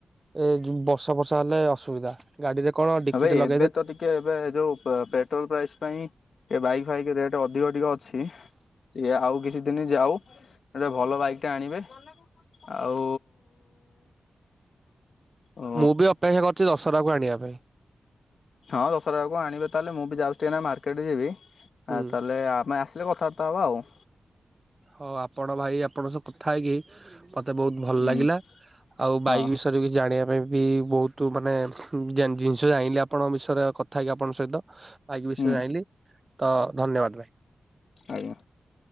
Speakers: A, on the right; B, on the left.
A: ଏ ବର୍ଷା ବର୍ଷା ହେଲେ ଅସୁବିଧା। ଗାଡିରେ କଣ ଡିକି
B: ଏବେ
A: ଟେ ଲ
B: ଏବେ ତ ଟିକେ ଏବେ ଯୋଉ ପେଟ୍ରୋଲ ପ୍ରାଇସ୍ ପାଇଁ ଏ ବାଇକ୍ ଫାଇକ ରେଟ୍ ଅ ଧିକ ଟିକେ ଅଛି। ଆଉ କିଛି ଦିନ ଯାଉ ଗୋଟେ ଭଲ ବାଇକ୍ ଟେ ଆଣିବେ। ଆଉ ଓ
A: ମୁଁ ବି ଅପେକ୍ଷା କରୁଚି ଦଶହରା କୁ ଆଣିବା ପାଇଁ।
B: ହଁ ଦଶହରା ବେଳକୁ ଆଣିବେ ତାହେଲେ ମୁଁ ବି ଯାଉଛି ଟିକେ ନାକୁ ମାର୍କେଟ ଯିବି। ଆ
A: ହୁଁ
B: ତାହେଲେ ଆମେ ଆସିଲେ କଥାବା ଥା ହବ ଆଉ।
A: ହଉ ଆପଣ ଭାଇ ଆପଣଙ୍କ ସହ କଥା ହେଇକି ମତେ ବହୁତ ଭଲ
B: ହୁଁ
A: ଲାଗିଲା। ଆଉ
B: ହଁ
A: ବାଇକ୍ ବିଷୟରେ ଜାଣିବା ପାଇଁ ବି ବହୁତ ମାନେ ଜିନିଷ ଜାଣିଲି ଆପଣଙ୍କ ବିଷୟରେ କଥା ହେଇକି ଆପଣଙ୍କ ସହିତ। ବାଇକ୍ ବିଷୟ
B: ହୁଁ
A: ରେ ଜାଇଁଲି। ତ ଧନ୍ୟବାଦ ଭାଇ।
B: ଆଜ୍ଞା।